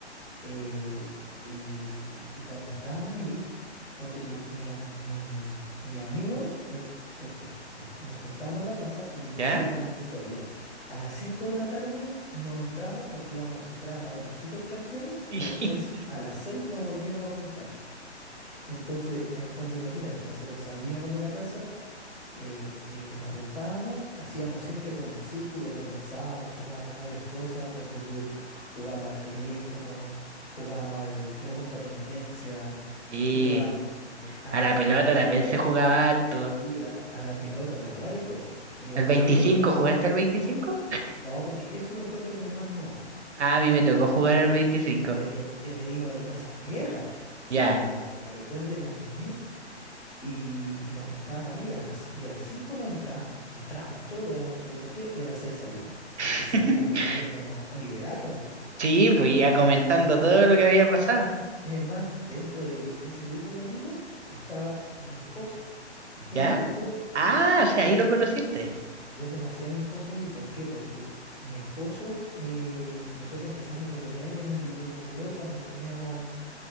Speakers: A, on the left (about 65°); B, on the right (about 75°).
A: Eh, y, y cuando estábamos ahí, ponte tú, mi, a- mi- mis amigos, eh, te- es- es- nos juntábamos en la plaza y decíamos
B: ¿ya?
A: entre todos, ya, a las 5 de la tarde nos entramos porque íbamos, entrábamos a ver los supercampeones
B: <laughs>
A: y después a las 6 nos volvíamos a juntar. Entonces, entonces imagínate, nosotros salíamos de la casa eh, eh, nos juntábamos, hacíamos siempre como un círculo, conversábamos, jugábamos varias cosas, ponte tú, jugábamos al teléfono, jugábamos al pregunta penitencia,
B: Y,
A: jugábamos a,
B: A la
A: a
B: pelota
A: la escondida
B: también se jugaba harto.
A: y a la, a la pelota, bueno, varias cosas. Y después,
B: ¿El veinticinco ¿Jugaste al veinticinco
A: no, porque eso lo encuentro como más nuevo.
B: Ah, a mí me tocó jugar
A: Eh,
B: al veinticinco
A: Pero ya, ya te digo de cosas viejas, po, así
B: Ya.
A: como de que me recuerden la niñez. Y, y nos juntábamos ahí a las, y a las 5 nos entrábamos. Entrábamos todos, veíamos los supercampeones y a las 6 salíamos.
B: <laughs>
A: Y salíamos creyéndonos Oliverato un poco.
B: Sí, pues ya comentando todo lo que había pasado.
A: Es más, dentro de, gr- de ese grupo de amigos estaba mi esposo. Imagínate
B: ¿Ya?
A: lo que te voy a decir.
B: Ah, o sea,
A: Porque
B: ahí lo conociste.
A: Yo conocí a mi esposo ahí. ¿Por qué? Porque mi esposo, eh, nosotros empezamos por pololear, él me pidió pololeó cuando teníamos,